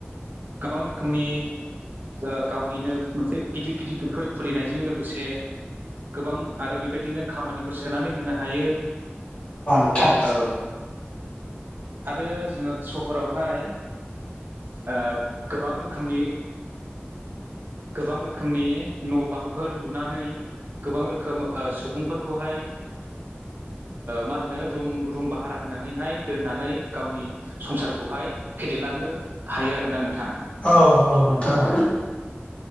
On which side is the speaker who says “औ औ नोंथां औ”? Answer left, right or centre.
Left